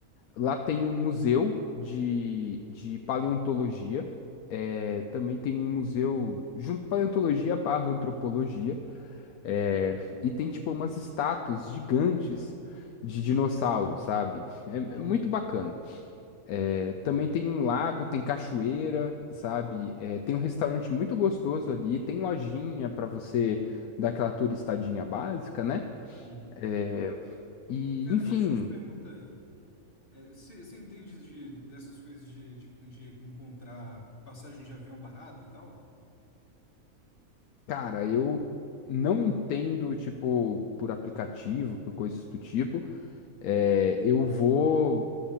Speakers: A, on the left; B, on the left.
A: lá tem um museu de, de paleontologia. é, também tem um museu junto paleontologia barra antropologia. é, e tem tipo umas estátuas gigantes de dinossauros, sabe? é é
B: uhum,
A: muito bacana. É, também tem um lago, tem cachoeira, sabe? É, tem um restaurante muito gostoso ali, tem lojinha para você dar aquela turistadinha básica, né?
B: uhum.
A: É, e,
B: Cara,
A: enfim,
B: mas deixa eu te perguntar aí. É, Você você entende de, dessas coisas de, de, de encontrar passagem de avião barata e tal?
A: cara, eu não entendo, tipo, por aplicativo, por coisas do tipo. É, eu vou.